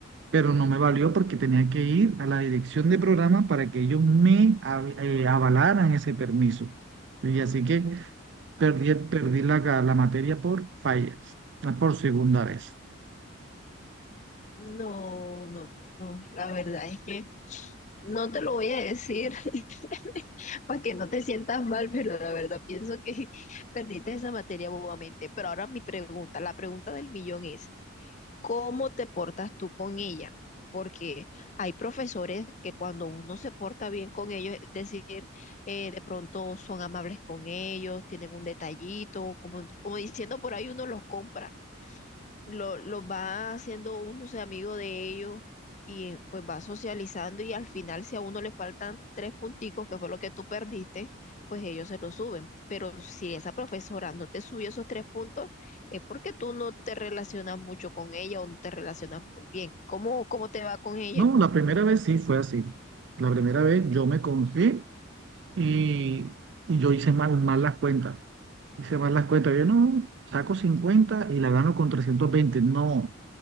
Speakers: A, on the right; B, on the left.
A: pero no me valió porque tenía que ir a la dirección de programa para que ellos me av- eh, avalaran ese permiso. Y así que perdí, el- perdí la, ca- la materia por fallas, por segunda vez.
B: No, no, no, no. La verdad es que no te lo voy a decir <laughs> para que no te sientas mal, pero la verdad pienso que <laughs> perdiste esa materia bobamente. Pero ahora mi pregunta, la pregunta del millón es, ¿cómo te portas tú con ella? Porque hay profesores que cuando uno se porta bien con ellos, es decir, eh, de pronto son amables con ellos, tienen un detallito, como, como diciendo por ahí uno los compra lo, los va haciendo uno se amigo de ellos y pues va socializando y al final si a uno le faltan tres punticos, que fue lo que tú perdiste, pues ellos se lo suben. Pero si esa profesora no te subió esos tres puntos, es porque tú no te relacionas mucho con ella o no te relacionas muy bien. ¿Cómo, cómo te va con ella?
A: No, la primera vez sí fue así. La primera vez yo me confié Y, y yo hice mal, mal las cuentas. Hice mal las cuentas. Yo no, saco 50 y la gano con trescientos veinte No,